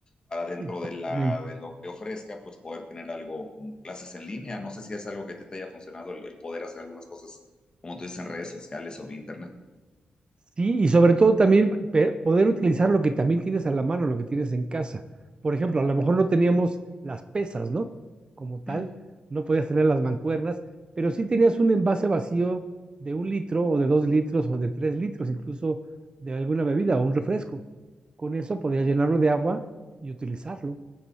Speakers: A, on the left (about 30°); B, on the right (about 35°).
A: para dentro
B: Exactamente.
A: de, la, de lo que ofrezca, pues poder tener algo como clases en línea. No sé si es algo que a ti te haya funcionado, el, el poder hacer algunas cosas, como tú dices, en redes sociales o vía internet.
B: Sí, y sobre todo también pe- poder utilizar lo que también tienes a la mano, lo que tienes en casa. Por ejemplo, a lo mejor no teníamos las pesas, ¿no? Como tal,
A: Uh -huh.
B: no podías tener las mancuernas, pero sí tenías un envase vacío de un litro o de dos litros o de tres litros, incluso de alguna bebida o un refresco. Con eso podías llenarlo de agua y utilizarlo.